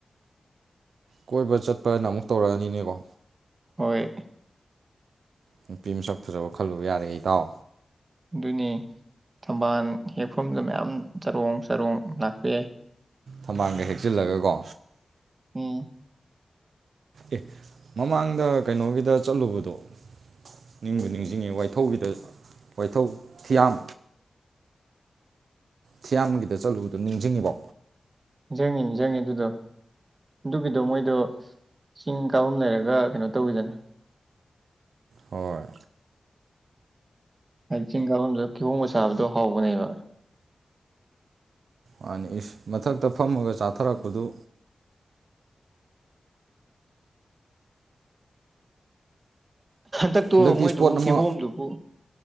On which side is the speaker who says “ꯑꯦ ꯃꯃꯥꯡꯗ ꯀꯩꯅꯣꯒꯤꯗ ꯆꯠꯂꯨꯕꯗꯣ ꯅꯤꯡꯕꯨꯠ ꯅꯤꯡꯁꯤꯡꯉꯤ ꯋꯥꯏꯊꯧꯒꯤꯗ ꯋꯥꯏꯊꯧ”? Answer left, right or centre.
Right